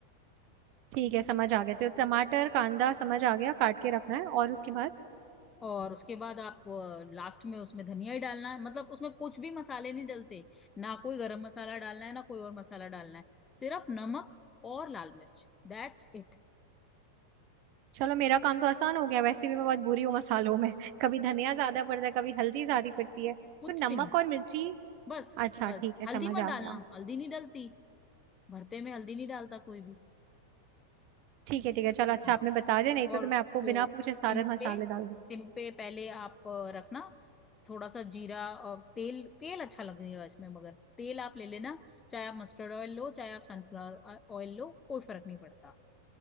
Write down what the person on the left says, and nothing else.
और उसके बाद आप लास्ट में उसमें धनिया ही डालना है मतलब उसमें कुछ भी मसाले नहीं डलते ना कोई गरम मसाला डालना है ना कोई और मसाला डालना है सिर्फ नमक और लाल मिर्च दैट्स इट
कुछ
भी नहीं
बस
बस
हल्दी मत
डालना
हल्दी नहीं डलती भरते में हल्दी नहीं डालता कोई भी
हाँ
और
उसको
सिम
पे
सिम पे पहले आप अ, रखना थोड़ा सा जीरा और तेल तेल अच्छा लगेगा इसमें मगर तेल आप ले लेना चाहे आप मस्टर्ड ऑयल लो चाहे आप सनफ्लावर ऑयल लो कोई फर्क नहीं पड़ता